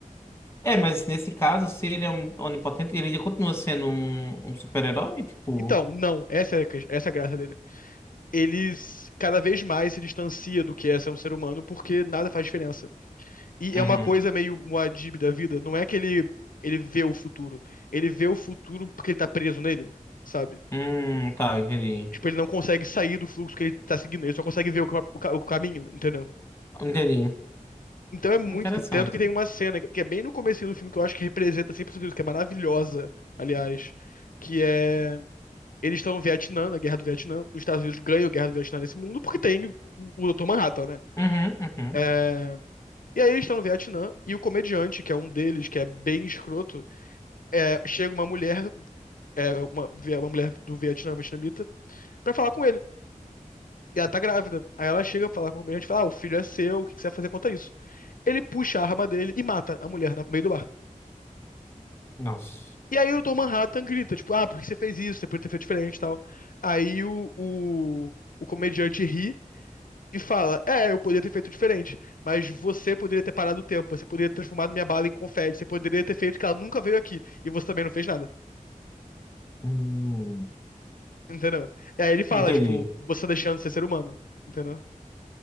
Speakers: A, on the left; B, on the left.
A: é, mas nesse caso, se ele é um- onipotente, ele ainda continua sendo um, um super-herói, tipo,
B: Então, não, essa é, a ques- essa é a graça dele. Ele s- cada vez mais se distancia do que é ser um ser humano porque nada faz diferença. E
A: uhum.
B: é uma coisa meio Muad'Dib da vida. Não é que ele, ele vê o futuro. Ele vê o futuro porque ele tá preso nele, sabe?
A: Hum, tá, entendi.
B: Tipo, ele não consegue sair do fluxo que ele tá seguindo. Ele só consegue ver o, ca- o ca- o caminho, entendeu?
A: Entendi.
B: Então é muito.
A: Interessante.
B: Tanto que tem uma cena, que que é bem no comecinho do filme, que eu acho que representa 100% isso, que é maravilhosa, aliás, que é Eles estão no Vietnã, na Guerra do Vietnã. Os Estados Unidos ganham a Guerra do Vietnã nesse mundo porque tem o Dr. Manhattan, né?
A: Uhum, uhum.
B: É, E aí eles estão no Vietnã e o comediante, que é um deles, que é bem escroto, é, chega uma mulher, é, uma, uma mulher do Vietnã, vietnamita, pra falar com ele. E ela tá grávida. Aí ela chega pra falar com o comediante e fala: ah, o filho é seu, o que que você vai fazer contra isso? Ele puxa a arma dele e mata a mulher no meio do bar.
A: Nossa.
B: E aí o Dr. Manhattan grita, tipo, ah, por que você fez isso? Você podia ter feito diferente e tal. Aí o, o, o comediante ri e fala: É, eu poderia ter feito diferente, mas você poderia ter parado o tempo, você poderia ter transformado minha bala em confete, você poderia ter feito que ela nunca veio aqui, e você também não fez nada,
A: Hum,
B: entendeu? E aí ele fala:
A: entendi.
B: Tipo, você tá deixando de ser ser humano, entendeu?